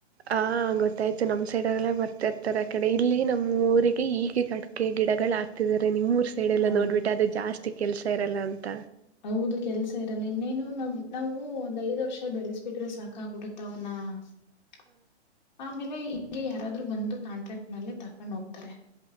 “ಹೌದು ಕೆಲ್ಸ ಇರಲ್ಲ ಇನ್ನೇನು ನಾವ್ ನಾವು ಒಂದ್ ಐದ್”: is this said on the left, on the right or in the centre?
Left